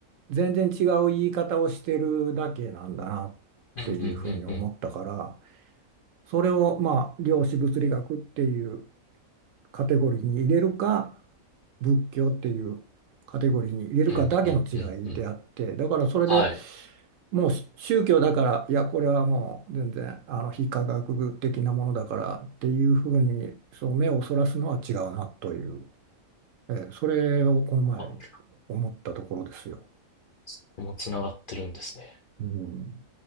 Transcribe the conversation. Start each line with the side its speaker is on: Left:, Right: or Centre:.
Right: 全然違う言い方をしてるだけなんだなっていうふうに思ったから
Left: うんうんうんうん。
Right: それをまあ量子物理学っていうカテゴリーに入れるか仏教っていうカテゴリーに入れるかだけの違いであってだからそれで
Left: うんうんうんうん。はい。
Right: もうし宗教だから、いや、これはもう全然あの非科学的なものだからっていうふうにそう目をそらすのは違うなという、ええそれをこの前
Left: ある
Right: 思ったところですよ。
Left: そこもつながってるんですね。
Right: うん